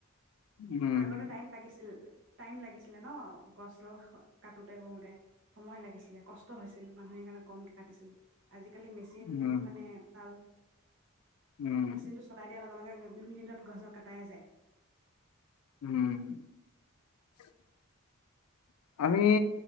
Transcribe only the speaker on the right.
আগতে টাইম লাগিছিল। টাইম লাগিছিলে ন গছ ডাল কাটোতে কৰোতে সময় লাগিছিলে কষ্ট হৈছিল মানুহে সেইকাৰণে কমকে <inaudible> দিছিল। আজিকালি মেচিন
মানে <unintelligible>
মেচিনটো চলাই দিয়াৰ লগে লগে দুই মিনিটত গছডাল কটাই যায়